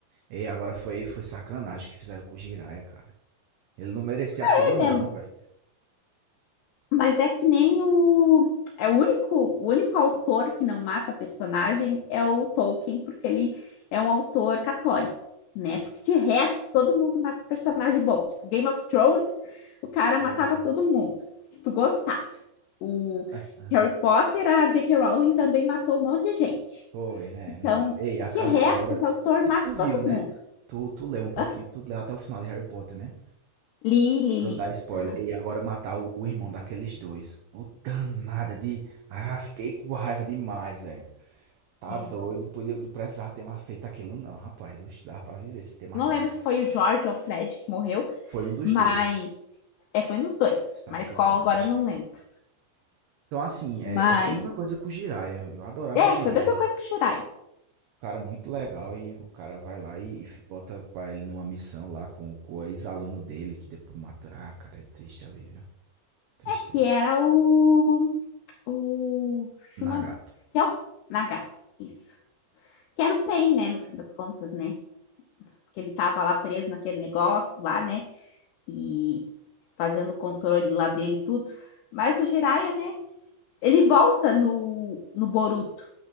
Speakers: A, on the right (about 75°); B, on the left (about 80°).
A: Ei, agora foi, foi sacanagem que fizeram com o Jiraiya, cara. Ele não merecia aquilo,
B: É,
A: não,
B: né?
A: velho.
B: Mas é que nem o. É o único, o único autor que não mata personagem é o Tolkien, porque ele é um autor católico, né? Porque de resto, todo mundo mata personagem bom. Tipo, Game of Thrones, o cara
A: Eita.
B: matava todo mundo que tu gostava. O
A: Ah,
B: Harry Potter, a J.K. Rowling também matou um monte de gente.
A: foi, né?
B: Então,
A: Não. Ei, a-
B: de
A: a-
B: resto,
A: agora
B: os autores
A: tu,
B: matam
A: tu viu,
B: todo
A: né?
B: mundo.
A: Tu, tu leu um pouquinho,
B: Hã?
A: tu leu até o final de Harry Potter, né?
B: Li, li,
A: Pra
B: li.
A: não dar spoiler.
B: Aham,
A: E agora matar o, o irmão daqueles dois. Ô, danada de. Ah, fiquei com raiva demais, velho. Tá
B: é.
A: doido, podia, não precisava ter mais feito aquilo, não, rapaz. Oxe, dava pra viver se ter matado
B: Não lembro
A: aquele
B: se foi
A: cara.
B: o Jorge ou o Fred que morreu,
A: Foi um dos
B: Mas.
A: dois.
B: É, foi um dos dois.
A: Sacanagem,
B: Mas qual agora eu não
A: cara.
B: lembro.
A: Então, assim,
B: Mas.
A: é, é, foi a mesma coisa com o Jiraiya. Eu adorava
B: É,
A: o Jiraiya.
B: foi a mesma coisa que o Shirai.
A: cara muito legal e o cara vai lá e, e bota pra ele numa missão lá com, com o ex-aluno dele, que depois mata. Ah, cara, é triste ali, viu? Tristeza.
B: É que era o. O. Esqueci
A: Nagato.
B: o nome. Que é o Nagato. Isso. Que era o Pain, né? No fim das contas, né? Porque ele tava lá preso naquele negócio lá, né? E fazendo o controle lá dele e tudo. Mas o Jiraiya, né? Ele volta no, no Boruto,